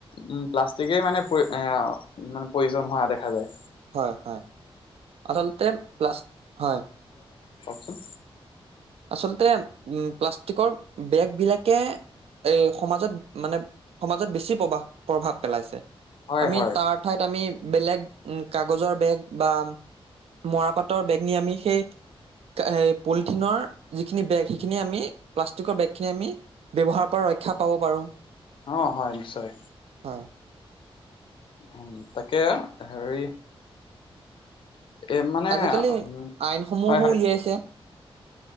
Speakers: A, on the left (about 55°); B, on the right (about 80°).
A: উম প্লাষ্টিকেই মানে এ মানে প্ৰয়োজন হোৱা দেখা যায়।
B: হয় হয় আচলতে পা হয়।
A: কওঁকচোন।
B: আচলতে উম প্লাষ্টিকৰ বেগ বিলাকে এই সমাজত মানে সমাজত বেছি প্ৰভাহ প্ৰভাৱ পেলাইছে।
A: হয়
B: আমি
A: হয়
B: তাৰ ঠাইত আমি বেলেগ উম কাগজৰ বেগ বা মৰাপাতৰ বেগ নি আমি সেই এ পলিথিনৰ যিখিনি বেগ সেইখিনি আমি প্লাষ্টিকৰ বেগ খিনি আমি ব্যৱহাৰৰ পৰা ৰক্ষা পাব পাৰো।
A: অ হয় নিশ্চয়।
B: হয়।
A: হম, তাকে হেৰি এ মানে
B: আজিকালি
A: উম
B: আইনসমূহো
A: হয় হয়
B: উলিয়াইছে।